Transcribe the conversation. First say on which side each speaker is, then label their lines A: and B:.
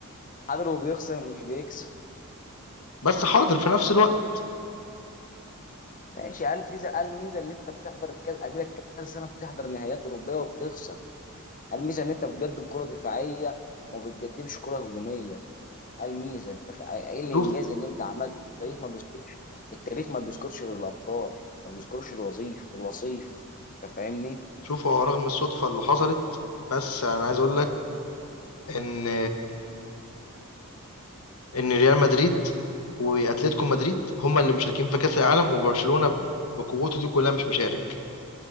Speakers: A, on the left (about 35°); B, on the left (about 75°).
A: حضر وبيخسر مش بيكسب
B: بس حاضر في نفس الوقت
A: ماشي قال الميزه قال الميزه ان انت بتحضر الكاس اديلك كذا سنه بتحضر نهائيات اوروبيه وبتخسر قال الميزه ان انت بتقدم كره دفاعيه وما بتقدمش كره هجوميه قال الميزه انت ف- ايه الانجاز
B: شوف
A: اللي انت عملته التاريخ ما بيذكرش التاريخ ما بيذكرش غير الابطال ما بيذكرش الوظيف الوصيف انت فاهمني
B: شوف هو رغم الصدفه اللي حصلت بس انا عايز اقول لك ان ان ريال مدريد واتلتيكو مدريد هما اللي مشاركين في كاس العالم وبرشلونه بقوته دي كلها مش مشارك